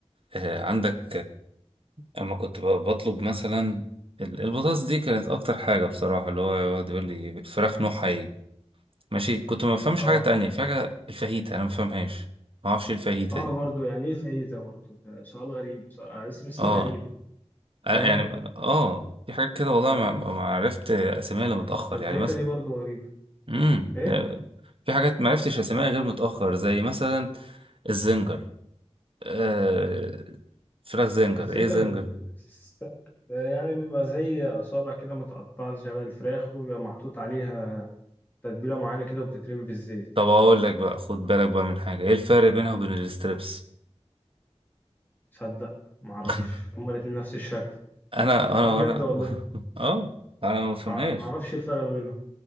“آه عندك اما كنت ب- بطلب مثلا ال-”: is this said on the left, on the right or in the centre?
Right